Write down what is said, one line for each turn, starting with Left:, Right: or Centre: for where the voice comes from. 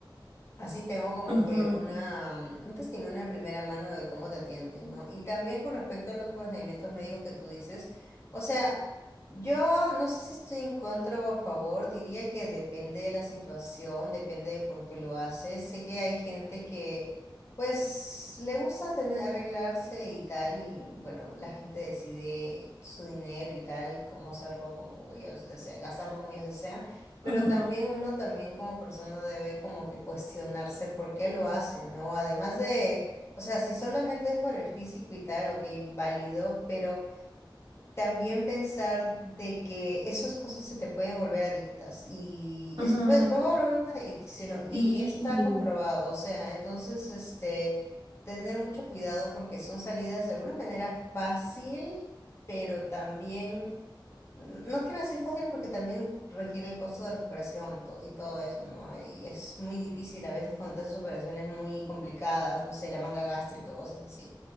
Left: Así tengo como
Right: Ujú,
Left: que una, mm, un testimonio de primera mano de cómo te atienden, ¿no? Y también con respecto a los procedimientos médicos que tú dices, o sea, yo no sé si estoy en contra o a favor, diría que depende de la situación, depende de por qué lo haces. Sé que hay gente que, pues, le gusta tener, arreglarse y tal, y bueno, la gente decide su dinero y tal, cómo hacerlo como ellos desean, gastarlo como ellos desean. Pero
Right: ujú,
Left: también uno también como persona debe como que cuestionarse por qué lo hace, ¿no? Además de, o sea, si solamente es por el físico y tal, ok, válido, pero también pensar de que esas cosas se te pueden volver adictas y
Right: ujú.
Left: es, pues, puede volver una adicción
Right: Sí,
Left: y está comprobado, o sea, entonces, este, tener mucho cuidado porque son salidas de alguna manera fácil, pero también no quiero decir fácil porque también requiere el costo de recuperación y todo, y todo eso, ¿no? Y es muy difícil a veces cuando te haces operaciones muy complicadas, no sé, la manga gástrica, cosas así.